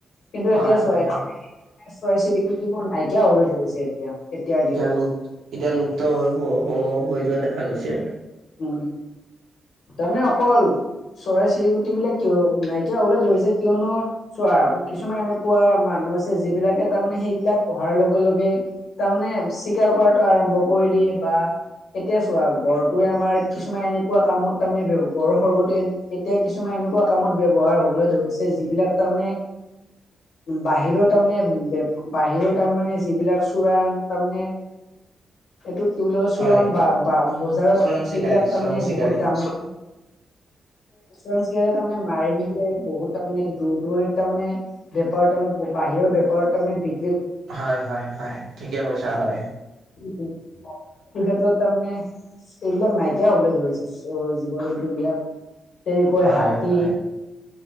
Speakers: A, on the left; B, on the right.
A: কিন্তু
B: হয়
A: এতিয়া চোৱা,
B: হয়।
A: চৰাই চিৰিকটি বোৰ নাই কিয় হ'বলৈ ধৰিছে এতিয়া? এতিয়াৰ
B: এতিয়া
A: দিনত।
B: লুপ, এতিয়া লুপ্ত হৈ হৈ যোৱা দেখা খা গৈছে।
A: উ, তাৰমানে অকল চৰাই চিৰিকুটি বিলাক কিয়, নাইকিয়া হ'বলৈ ধৰিছে, কিয়নো, চোৱা, কিছুমান এনেকুৱা মানুহ আছে যিবিলাকে তাৰমানে সেইবিলাক অহাৰ লগে লগে, তাৰমানে, চিকাৰ কৰাটো আৰম্ভ কৰি দিয়ে, বা এতিয়া চোৱা গড় টোৱে আমাৰ কিছুমান এনেকুৱা কামত, তাৰমানে, গড়ৰ খৰ্গটো এতিয়া কিছুমান এনেকুৱা কামত ব্যয়ৱহাৰ হ'বলৈ ধৰিছে, যিবিলাক তাৰমানে, বাহিৰৰ তাৰমানে, বাহিৰত তাৰমানে, যিবিলাক চোৰাং, তাৰমানে এইটো কি বুলি চোৰাং
B: হয়
A: বা বজাৰত
B: চোৰাং
A: সেইবিলাক
B: চিকাৰী
A: তাৰমানে
B: চোৰাং চিকাৰী।
A: বহুত দামত। আজিকালি তাৰমানে মাৰি নিলে বহুত তাৰমানে দূৰ দূৰণত তাৰ মানে বেপাৰত তাৰে বাহিৰৰ বেপাৰত তাৰ মানে।
B: হয় হয় হয় ঠিকে কৈছা হয়।
A: কি খ্ষেতত তামানে এইবিলাক নাইকিয়া হবলৈ ধৰিছে জীৱ জন্তু বিলাক তেনেকৈ
B: হয়
A: হাতী
B: হয়